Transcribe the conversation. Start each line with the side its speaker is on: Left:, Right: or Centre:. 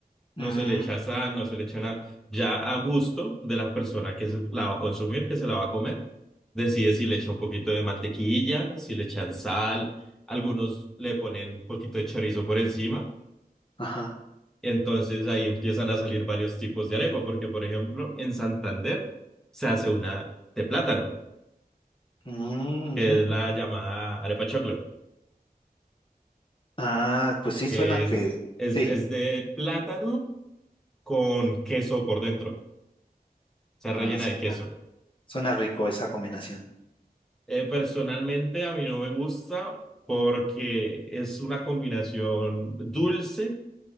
Centre: no
Left: Mm,
Centre: se le echa sal, no se le echa nada. Ya a gusto de la persona que se la va a consumir, que se la va a comer, decide si le echa un poquito de mantequilla, si le echan sal, algunos le ponen un poquito de chorizo por encima.
Left: ajá.
Centre: Entonces ahí empiezan a salir varios tipos de arepa, porque por ejemplo en Santander se hace una de plátano,
Left: Mm,
Centre: que
Left: ujú.
Centre: es la llamada arepa choclo.
Left: Ah, pues sí,
Centre: Es,
Left: suena que,
Centre: es,
Left: sí,
Centre: es de plátano con queso por dentro, o sea,
Left: Ah,
Centre: rellena
Left: suena,
Centre: de queso.
Left: suena rico esa combinación.
Centre: Eh, personalmente a mí no me gusta porque es una combinación dulce